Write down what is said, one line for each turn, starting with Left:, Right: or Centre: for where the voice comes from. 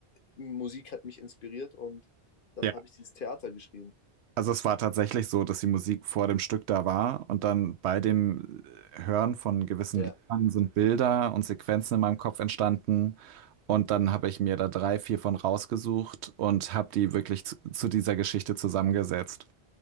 Left: Musik hat mich inspiriert und dann
Right: Ja.
Left: habe ich dieses Theater geschrieben.
Right: Also es war tatsächlich so, dass die Musik vor dem Stück da war und dann bei dem Hören von gewissen
Left: Ja,
Right: Liedern sind Bilder und Sequenzen in meinem Kopf entstanden. Und dann habe ich mir da drei, vier von rausgesucht und habe die wirklich zu, zu dieser Geschichte zusammengesetzt.